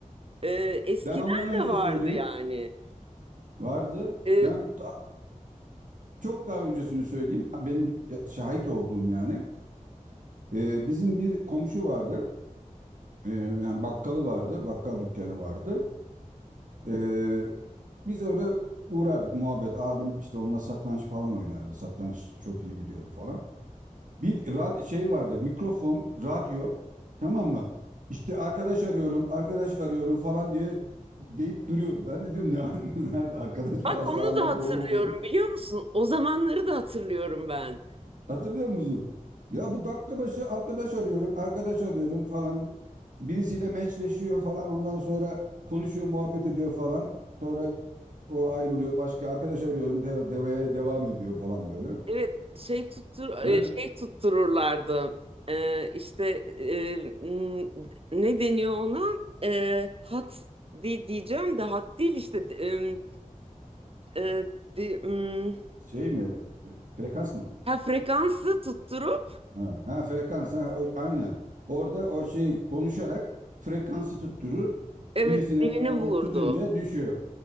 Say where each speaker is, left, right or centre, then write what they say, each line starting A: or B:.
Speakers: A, on the right; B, on the right.
A: E, eskiden
B: Ben ondan önce
A: de vardı
B: söyleyeyim.
A: yani.
B: Vardı.
A: E,
B: Ben ta- çok daha öncesini söyleyeyim. Benim şahit olduğum yani. E, bizim bir komşu vardı. E, yani bakkalı vardı. Bakkal dükkanı vardı. Ee, biz öyle uğrardık muhabbet. Abim işte onunla satranç falan oynardı. Satranç çok iyi biliyordu falan. Bir ra- şey vardı mikrofon, radyo tamam mı? İşte arkadaş arıyorum, arkadaş arıyorum falan diye deyip duruyordu. Ben dedim ne <laughs> nerede arkadaş falan
A: bak
B: sağıma
A: onu da hatırlıyorum
B: soluma bak.
A: biliyor musun? O zamanları da hatırlıyorum ben.
B: Hatırlıyor musun? Ya bu dakika başı arkadaş arıyorum, arkadaş alıyorum falan. Birisiyle meçleşiyor falan. Ondan sonra konuşuyor, muhabbet ediyor falan. Sonra o ayrılıyor. Başka arkadaş arıyorum, de- deveye devam ediyor falan böyle.
A: Evet şey tuttur
B: Ben
A: e, şey tuttururlardı. E, işte e, n- ne deniyor ona? E, hat di- diyeceğim de hat değil işte e, e, di- m,
B: şey mi? Frekans mı?
A: ha frekansı tutturup
B: Ha, ha frekans ha, o- aynen. Orada o şey konuşarak frekansı tutturup
A: evet
B: birisine
A: birini
B: e, o
A: bulurdu.
B: tutunca düşüyor.